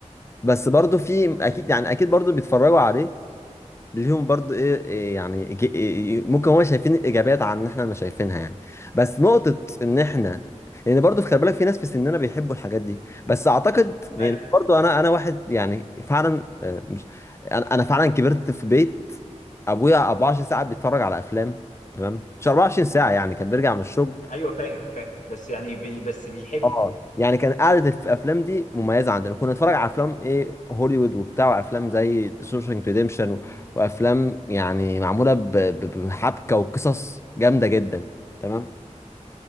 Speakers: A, on the left; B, on the left.
A: بس برضو في اكيد يعني اكيد برضو بيتفرجوا عليه ليهم برضو ايه إيه يعني إيجي- إيه- إيه، ممكن هم شايفين الايجابيات عن ان احنا ما شايفينها يعني بس نقطة ان احنا لان برضو في خلي بالك في ناس في سننا بيحبوا الحاجات دي بس اعتقد لان
B: ايوه
A: برضو انا انا واحد يعني فعلا آه، مش انا أنا فعلا كبرت في بيت ابويا 24 ساعة بيتفرج على افلام تمام مش 24 ساعة يعني كان بيرجع من الشغل
B: ايوه فاهم فاهم بس يعني بي بس بيحب
A: اه يعني كان قعدة الافلام دي مميزه عندنا كنا نتفرج على افلام ايه هوليوود وبتاع وافلام زي شوشنك ريديمشن وافلام يعني معموله ب- ب- بحبكه وقصص جامده جدا تمام